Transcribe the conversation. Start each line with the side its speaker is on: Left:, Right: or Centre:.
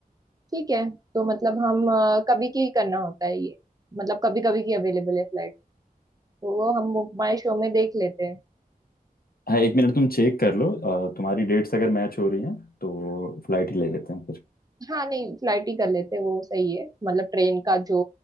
Right: ठीक है तो मतलब हम अ, कभी की करना होता है ये मतलब कभी कभी की अवेलेबल है फ्लाइट तो वो हम माई शो में देख लेते हैं
Left: हाँ एक मिनट तुम चेक कर लो अ, तुम्हारी डेट्स अगर मैच हो रही हैं तो फ्लाइट ही ले लेते हैं फिर
Right: हाँ नहीं फ्लाइट ही कर लेते हैं वो सही है मतलब ट्रेन का जो